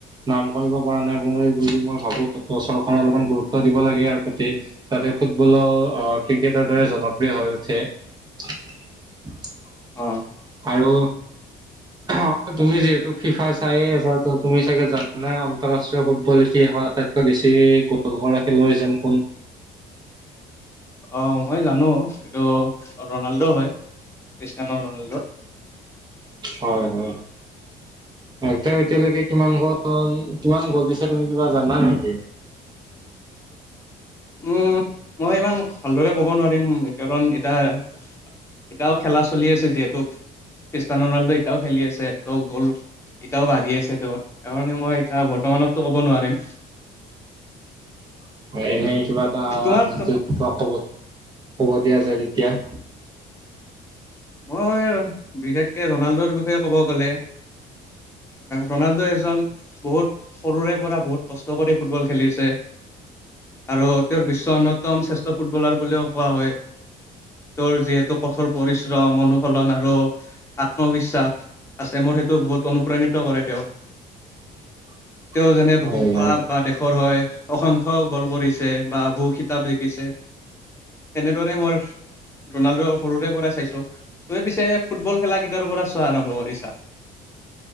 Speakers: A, on the right; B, on the left.
A: নাম কৰিব পৰা নাই বুলি বুলি মই ভাবো। চৰকাৰে অলপমান গুৰুত্ব দিব লাগে ইয়াৰ প্ৰতি, তাতে ফুটবলৰ ক্ৰিকেটৰ দৰে জনপ্ৰিয় হৈ উঠে।
B: অ
A: আৰু অ তুমি যিহেতু ফিফা চাইে আছা ত তুমি চাগে জান নাই আন্তৰাষ্ট্ৰীয় ফুটবল কল আটাইতকৈ বেছি গল কৰা খেলুৱৈ জন কোন?
B: অ মই জানো এইটো ৰনাল্ডো হয়। খ্ৰীষ্টানো ৰনাল্ডো
A: হয় হয়। তেওঁ এতিয়ালৈকে কিমান ক কিমান গ'ল দিছে তুমি কিবা জানা নেকি?
B: উম মই ইমান ভালদৰে ক'ব নোৱাৰিম কাৰণ এতিয়া এতিয়াও খেলা চলি আছে যিহেতু। খ্ৰীষ্টান ৰনাল্ডো এতিয়াও খেলি আছে তেওঁ গ'ল এতিয়াও বাঢ়ি আছে তেওঁৰ। কাৰনে মই এতিয়া বৰ্তমান মনতো ক'ব নোৱাৰিম।
A: <inaudible> এনে কিবা এটা
B: তোমাৰ
A: য তোমাক কব কব দিয়া যায় তেতিয়া? <inaudible>
B: মই বিশেষকে ৰনাল্ডৰ বিষয়ে ক'ব গ'লে ৰনাল্ডো এজন বহুত সৰুৰে পৰা বহুত কষ্ট কৰি ফুটবল খেলিছে। আৰু তেওঁৰ বিশ্বৰ অন্যতম শ্ৰেষ্ঠ ফুটবলাৰ বুলিও কোৱা হয়। তোৰ যিহেতু কঠোৰ পৰিচম অনুশলন আৰু আত্মবিশ্বাস আছে মোৰ সেইটো বহুত অনুপ্ৰাণিত কৰে তেওঁৰ।
A: <inaudible>
B: তেওঁ যেনে
A: হয়
B: বহু ক্লাব
A: হয়।
B: বা দেশৰ হয় অসংখ্য গল কৰিছে বা বহু খিতাপ জিকিছে সনেদৰে মই ৰনাল্ডো সৰুৰে পৰাই চাইছো। তুমি পিছে ফুটবল খেলা কেইটাৰ পৰা চোৱা আৰম্ভ কৰিছা?